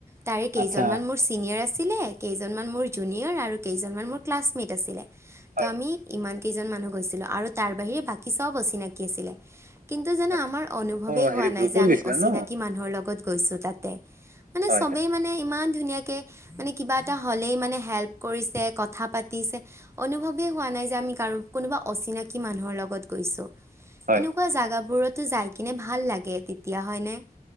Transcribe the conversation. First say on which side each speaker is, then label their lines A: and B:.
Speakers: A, on the right (about 15°); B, on the right (about 60°).
A: তাৰে কেইজনমান
B: আচ্ছা
A: মোৰ ছিনিয়ৰ আছিলে কেইজনমান মোৰ জুনিয়ৰ আৰু কেইজনমান মোৰ ক্লাছমেট আছিলে ত'
B: হয়
A: আমি ইমান কেইজন মানুহ গৈছিলো আৰু তাৰ বাহিৰে বাকী চব অচিনাকি আছিলে কিন্তু জানা
B: আচ্ছা।
A: আমাৰ অনুভৱেই
B: অ হেৰি
A: হোৱা
B: গ্ৰুপত
A: নাই যে আমি
B: গৈছিলা
A: অচিনাকি
B: ন
A: মানুহৰ লগত গৈছো তাতে। মানে
B: হয়
A: চবেই
B: হয়
A: মানে ইমান ধুনীয়াকে মানে। কিবা এটা হ'লেই মানে হেল্প কৰিছে, কথা পাতিছে, অনুভৱেই হোৱা নাই যে অচিনাকি মানুহৰ লগত গৈছো।
B: হয়
A: এনেকুৱা জাগাবোৰতো যাই কিনে ভাল লাগে তেতিয়া হয় ন'।